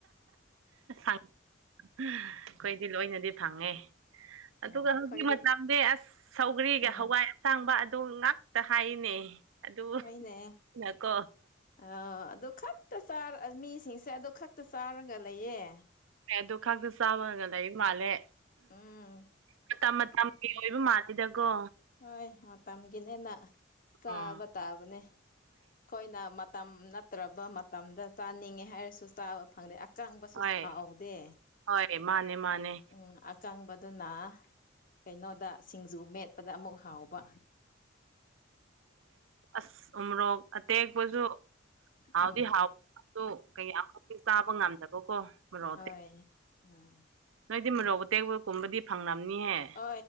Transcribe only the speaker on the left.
ꯎꯝ
ꯑꯣ
ꯑꯩꯈꯣꯏꯗꯤ
ꯎꯝ
ꯍꯣꯏꯅꯦ
ꯑ ꯑꯗꯨ ꯈꯛꯇ ꯆꯥꯔ ꯃꯤꯁꯤꯡꯁꯦ ꯑꯗꯨ ꯈꯛꯇ ꯆꯥꯔꯒ ꯂꯩꯌꯦ
ꯎꯝ
ꯍꯣꯏ ꯃꯇꯝꯒꯤꯅꯦꯅ ꯆꯥꯕ
ꯇꯥꯕꯅꯦ ꯑꯩꯈꯣꯏꯅ ꯃꯇꯝ ꯅꯠꯇ꯭ꯔꯕ ꯃꯇꯝꯗ ꯆꯥꯅꯤꯡꯉꯦ ꯍꯥꯏꯔꯁꯨ ꯆꯥꯕ ꯐꯪꯗꯦ ꯑꯀꯪꯕꯁꯨ
ꯍꯥꯎꯗꯦ
ꯎꯝ ꯑꯀꯪꯕꯗꯨꯅ ꯀꯩꯅꯣꯗ ꯁꯤꯡꯖꯨ ꯃꯦꯠꯄꯗ ꯑꯃꯨꯛ ꯍꯥꯎꯕ
ꯎꯝ
<unintelligible> <inaudible> ꯎꯝ
ꯍ